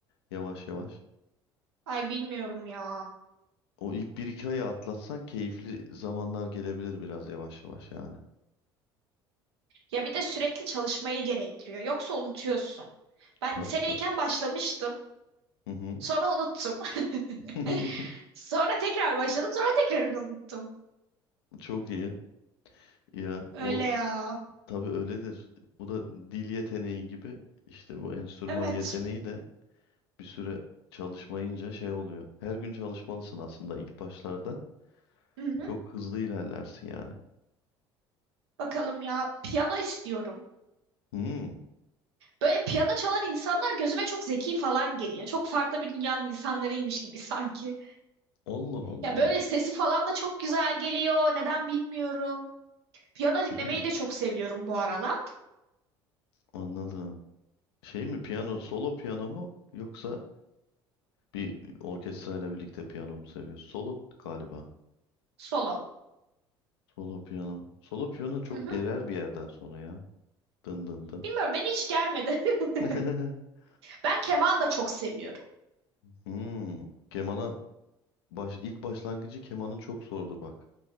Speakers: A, on the left (about 70°); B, on the right (about 75°).
A: yavaş yavaş.
B: Ay bilmiyorum ya.
A: O ilk bir iki ayı atlatsan keyifli zamanlar gelebilir biraz yavaş yavaş yani.
B: Ya bir de sürekli çalışmayı gerektiriyor. Yoksa unutuyorsun. Ben
A: Tabii
B: lisedeyken
A: tabii.
B: başlamıştım.
A: Hı hı.
B: Sonra unuttum.
A: <laughs>
B: <laughs> Sonra tekrar başladım. Sonra tekrar unuttum.
A: Çok iyi. Ya
B: Öyle
A: o
B: ya.
A: Tabii öyledir. Bu da dil yeteneği gibi işte bu enstrüman
B: Evet.
A: yeteneği de bir süre çalışmayınca şey oluyor. Her gün çalışmalısın aslında ilk başlarda.
B: <laughs>
A: Çok hızlı ilerlersin yani.
B: Bakalım ya piyano istiyorum.
A: Hmm,
B: Böyle piyano çalan insanlar gözüme çok zeki falan geliyor. Çok farklı bir dünyanın insanlarıymış gibi <laughs> sanki.
A: Allah Allah.
B: Ya böyle sesi falan da çok güzel geliyor. Neden bilmiyorum. Piyano dinlemeyi
A: Hmm,
B: de çok seviyorum bu aralar.
A: anladım. Şey mi piyano, solo piyano mu yoksa bir orkestrayla birlikte piyano mu seviyorsun? Solo galiba.
B: Solo.
A: Solo piyano. Solo piyano çok
B: Hı hı.
A: gerer bir yerden sonra ya. Dın dın dın.
B: Bilmiyorum beni hiç germedi. <laughs>
A: <laughs>
B: Ben keman da çok seviyorum.
A: Hmm, kemana Baş, ilk başlangıcı kemanın çok zordur bak.